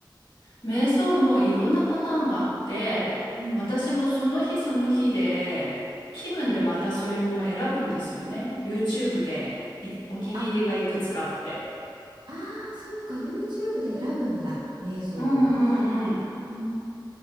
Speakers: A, on the left; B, on the right.
A: 瞑想もいろんなパターンがあって、
B: うん。
A: 私もその日その日で、気分でまたそれも選ぶんですよね。YouTube でいお気に入りがいくつかあって。
B: あ、あー、そうか、YouTube で選ぶんだ。瞑想の。
A: うんうんうん。
B: うん、